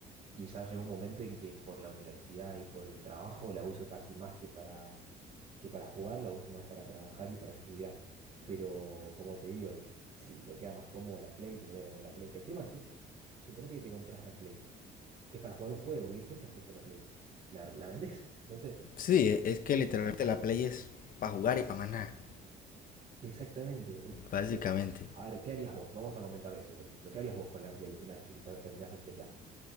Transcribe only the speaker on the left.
Sí, es que literalmente la Play es para jugar y para más nada,
básicamente.